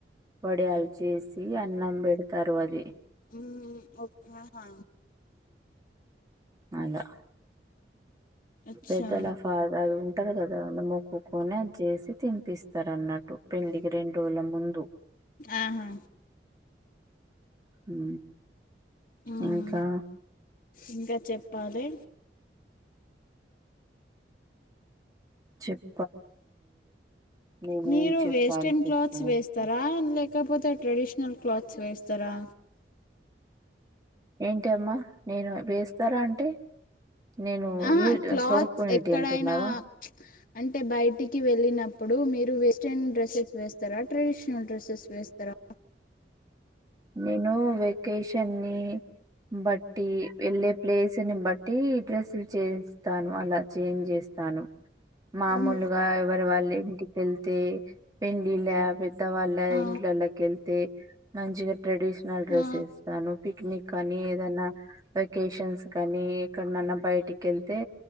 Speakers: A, on the right; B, on the left.
A: వడియాలు చేసి అన్నం పెడతారు అది
B: ఊఉ ఒ అహా
A: అలొ
B: అచ్చా
A: పెద్దల ఫాదర్ ఉంటరు కదా మొక్కుకొని అది చేసి తినిపిస్తారు అన్నట్టు పెళ్ళికి రెండు రోజుల ముందు
B: ఆహా
A: ఉ
B: మ్మ్
A: ఇంకా
B: ఇంకా చెప్పాలి
A: చెప్ నేనేం
B: మీరు
A: చెప్పాలి
B: వేస్టన్
A: చెప్పు
B: క్లాత్స్
A: ఇంకా
B: వేస్తారా లేక్ లేకపోతే ట్రెడిషనల్ క్లాత్స్ వేస్తరా
A: ఏంటి అమ్మా నేను ఇప్పుడు వేస్తారా అంటే నేను
B: ఆహా
A: యూజ్
B: క్లాత్స్
A: తొడుక్కునేటివి
B: ఎక్కడైనా
A: అంటున్నావా
B: <inaudible> అంటే బయటికి వెళ్ళినప్పుడు మీరు వెస్ట్రన్ డ్రెసెస్ వేస్తరా ట్రెడిషనల్ డ్రెస్సెస్ వేస్తారా
A: నేను వెకేషన్నీ బట్టి వెళ్ళే ప్లేస్ని బట్టి డ్రెస్సులు చేయిస్తాను అలా చేంజ్ చేస్ తాను మామూలుగా
B: మ్మ్
A: ఎవరి వాళ్ళ ఇంటికెళ్తే పెండ్లిలా వద్దావాల్ళ
B: ఆ
A: ఇంట్లోళ్ళకెళ్తే మంచిగ ట్రెడిషనల్ డ్రెస్
B: ఆ
A: ఏస్తాను పిక్నిక్ అని ఏదన్నా వెకేషన్స్ కానీ ఎక్కడనన్న బయటికి వెళ్తే